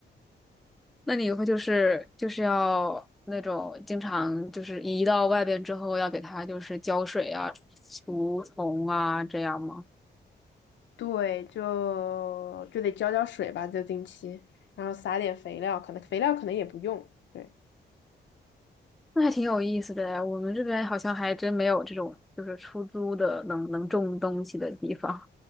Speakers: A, in the centre; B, on the left.
A: 那你以后就是就是要那种经常就是移到外边之后要给它就是浇水啊、除虫啊这样吗？
B: 对，就就得浇浇水吧，就定期，然后撒点肥料，可能肥料可能也不用。对，
A: 那还挺有意思的呀，我们这边好像还真没有这种就是出租的能能种东西的地方。